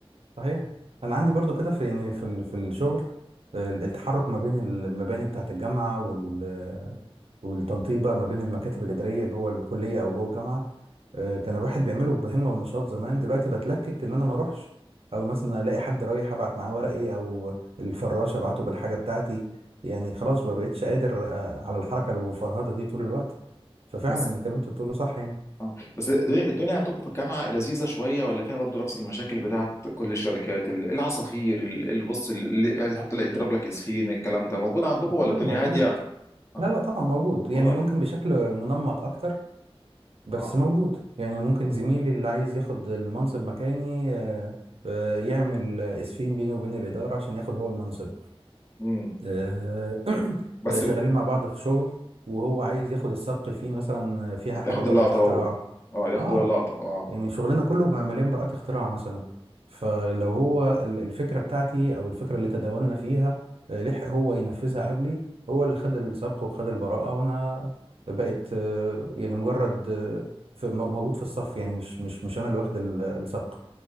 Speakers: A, on the right; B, on the left.
A: صحيح انا عندي برضو كده في يعني في ال- في الشغل آه، التحرك ما بين المباني بتاعه الجامعه وال والتنطيط بقى ما بين المكاتب الاداريه جوه الكليه او جوه الجامعه آه، كان الواحد بيعمله بهمه ونشاط زمان دلوقتي بتلكك ان انا ما اروحش او مثلا الاقي حد رايح ابعت معاه ورقي او الفراشه ابعته بالحاجه بتاعتي يعني خلاص ما بقتش قادر آه، على الحركه والفرهده دي طول الوقت ففعلا
B: بس
A: الكلام اللي انت بتقوله صح يعني
B: اه بس الدنيا الدنيا عندكم في الجامعة لذيذة شوية ولا فيها برضو نفس المشاكل بتاعت كل الشركات ال- العصافير ال- البص اللي يعني يحط لك يضرب لك اسفين الكلام ده موجود عندكم ولا
A: كله
B: الدنيا
A: موجود
B: هادية؟ اه
A: لا لا طبعا موجود يعني
B: والله
A: ممكن بشكل منمق اكتر بس
B: اه
A: موجود يعني ممكن زميلي اللي عايز ياخد المنصب مكاني آه، آه، يعمل اسفين بيني وبين الاداره عشان ياخد هو المنصب
B: امم
A: آه،
B: بس
A: <clears throat> شغالين مع بعض في شغل وهو عايز ياخد السبق فيه مثلا فيها حاجه
B: ياخد
A: براءه
B: اللقطة
A: اختراع
B: هو اه ياخد
A: اه
B: هو اللقطة اه
A: يعني شغلنا كله مليان براءات اختراع مثلا فلو
B: اه
A: هو ال- الفكرة بتاعتي أو الفكرة اللي تداولنا فيها آه، لحق هو ينفذها قبلي هو اللي خد السبق وخد البراءة وأنا بقيت آه، يعني مجرد آه، في- مو- موجود في الصف يعني مش مش مش أنا اللي واخد ال- السبق